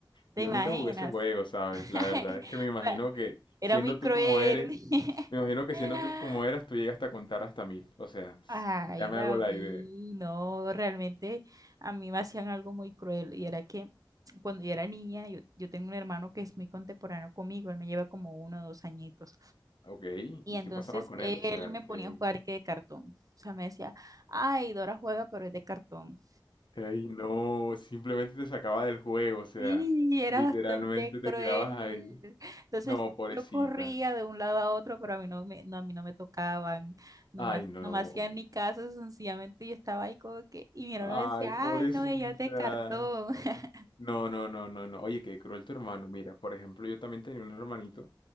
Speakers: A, on the right; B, on the left.
A: ¿Te
B: Yo
A: imaginas?
B: nunca jugué ese juego, ¿sabes?
A: <laughs>
B: La verdad es que me imagino que
A: Era
B: siendo
A: muy cruel.
B: tú como eres,
A: <laughs>
B: me imagino que siendo tú como eras, tú llegaste a contar hasta mil. O sea,
A: Ay,
B: ya me
A: David,
B: hago la idea.
A: no, realmente a mí me hacían algo muy cruel y era que cuando yo era niña, yo, yo tengo un hermano que es muy contemporáneo conmigo, él me lleva como uno o dos añitos.
B: Ok,
A: Y
B: ¿y
A: entonces
B: qué pasaba con
A: él
B: él? O sea,
A: me
B: que...
A: ponía a jugar que de cartón. O sea, me decía, ay, Dora juega, pero es de cartón.
B: Ey, no, simplemente te sacaba del juego, o sea,
A: Sí, era
B: literalmente
A: bastante
B: te
A: cruel.
B: quedabas ahí.
A: Entonces
B: No, pobrecita.
A: yo corría de un lado a otro, pero a mí no me, no, a mí no me tocaban, no
B: Ay,
A: me, ha-
B: no.
A: no me hacían ni caso, sencillamente yo estaba ahí como que, y mi hermano
B: Ay,
A: decía,
B: pobrecita.
A: ay, no, ella te cartó. <laughs>
B: No, no, no, no, no. Oye, qué cruel tu hermano. Mira, por ejemplo, yo también tenía un hermanito